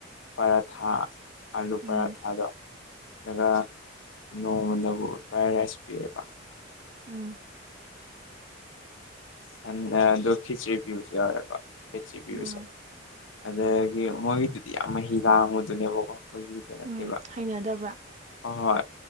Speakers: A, on the left; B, on the right.
A: ꯄꯔꯥꯊꯥ ꯑꯂꯨ ꯄꯔꯥꯊꯥꯗꯣ
B: ꯎꯝ
A: ꯑꯗꯨꯒ ꯅꯣꯡꯃꯅꯕꯨ ꯐ꯭ꯔꯥꯏ ꯔꯥꯏꯁ ꯄꯤꯔꯦꯕ
B: ꯎꯝ
A: ꯈꯪꯗꯦ ꯑꯗꯨ ꯈꯦꯆ꯭ꯔꯤ ꯄꯤꯕꯁꯨ ꯌꯥꯎꯔꯦꯀꯣ ꯈꯦꯆ꯭ꯔꯤ ꯄꯤꯕꯁꯨ
B: ꯎꯝ
A: ꯑꯗꯒꯤ ꯃꯣꯏꯒꯤꯗꯨꯗꯤ ꯌꯥꯝ ꯃꯍꯤ ꯂꯥꯡꯕꯗꯨꯅꯦꯕꯀꯣ ꯑꯩꯈꯣꯏꯒꯤꯗꯨ ꯅꯠꯇꯦꯕ
B: ꯎꯝ ꯍꯩꯅꯗꯕ꯭ꯔꯥ
A: ꯍꯣ ꯍꯣꯏ